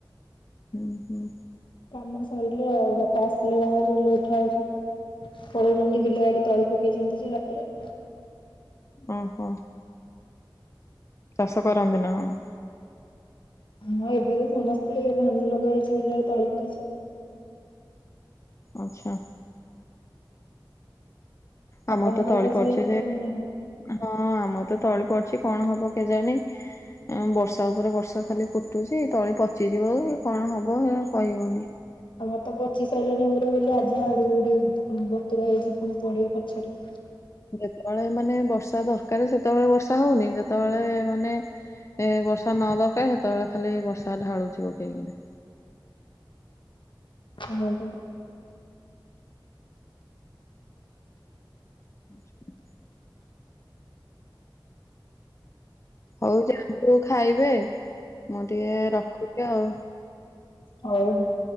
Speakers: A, on the left; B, on the left.
A: ହୁଁ-ହୁଁ।
B: କାମ ସରିଲେ ଆଉ ବାପା ଆସିଲେ ବାହରୁ ଲେଟ୍ ରେ <unintelligible> ପଳଉଚନ୍ତି ବିଲାଆଡେ ତଳି ପକେଇଚନ୍ତି ସେ ରାତିରେ।
A: ଓହୋ। ଚାଷ କରନ୍ତି ନା କଣ?
B: ହଁ ଏବେ ତ ସମସ୍ତେ ଧାନ ଲଗା ହେଇଛି ବିିଲରେ ତଳି ପଡିଛି।
A: ଆଚ୍ଛା। ଆମର
B: ଆପଣଙ୍କର
A: ତ ତଳି
B: ଚାଷ
A: ପଡିଛି
B: ହେଇନି
A: ଯେ,
B: କି ଧାନ?
A: ହଁ ଆମର ତ ତଳି ପଡିଛି କଣ ହବ କେଜାଣି। ଉନ୍ ବର୍ଷା ଉପରେ ବର୍ଷା ଖାଲି କୁଟୁଚି ତଳି ପଚିଯିବ କି କଣ ହବ କହିହଉନି।
B: ଆମର ତ ପଚିସାଇଲାଣି ଗୁଡ଼ିଏ ବୋଲି ଆଜି ଆହୁରି ଗୁଡ଼ିଏ ବତୁରା ହେଇଛି ପୁଣି ପଡିବ ପଛରେ।
A: ଯେତବଳେ ମାନେ ବର୍ଷା ଦରକାରେ ସେତବଳେ ବର୍ଷା ହଉନି ଯେତବଳେ ମାନେ ଏ ବର୍ଷା ନ ଦରକାର ସେତେବେଳେ ଖାଲି ବର୍ଷା ଢାଳୁଛି ପକେଇକିନା।
B: ହଁ ବା।
A: ଆ୍ <inaudible> ହଉ ଯାଆନ୍ତୁ ଖାଇବେ, ମୁଁ ଟିକେ ରଖୁଚି ଆଉ।
B: ହଉ-ହଉ।